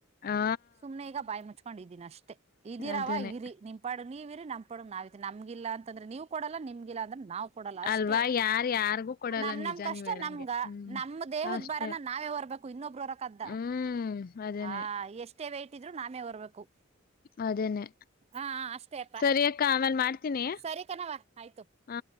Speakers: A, on the left; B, on the right.
A: ಆ!
B: ಸುಮ್ನೆ ಈಗ ಬಾಯಿ ಮುಚ್ಕೊಂಡಿದ್ದೀನಿ ಅಷ್ಟೇ ಇದೀರಾವ
A: ಅದೇನೇ.
B: ಇರಿ ನಿಮಪಾಡ್ ನೀವ ಇರಿ ನಮ್ ಪಾಡಿಗ ನಾವಿದೇವ ನಮ್ಗಿಲ್ಲ ಅಂದ್ರೆ ನೀವು ಕೊಡಲ್ಲ ನಿಮಗಿಲ್ಲ ಅಂದ್ರೆ ನಾವು ಕೊಡಲ್ಲ ಅಷ್ಟೇ
A: ಅಲ್ವಾ? ಯಾರ್ ಯಾರಿಗೂ ಕೊಡಲ್ಲ
B: ನಮ್ ನಮ್
A: ನಿಜ
B: ಕಷ್ಟ
A: ನೀವ್ ಹೇಳಂಗೆ.
B: ನಮ್ಗ
A: ಹ್ಮ್.
B: ನಮ ದೇಹದ
A: ಅಷ್ಟೇ.
B: ಬಾರನ ನಾವೇ ಹೊರ್ಬೇಕು ಇನ್ನೊಬ್ರು ಹೊರಕ್ದ್ದ
A: ಹ್ಮ್. ಅದೇನೇ,
B: ಆ ಎಷ್ಟೇ ವೈಟ್ ಇದ್ರೂ ನಾನೆ ಹೊರ್ಬೇಕು
A: ಅದೇನೇ
B: ಹ ಅಷ್ಟೇ ಅಪ್ಪಾ
A: ಸರಿ ಅಕ್ಕ ಆಮೇಲೆ ಮಾಡ್ತೀನಿ
B: ಸರಿ ಕಣವ ಆಯ್ತು.
A: ಹ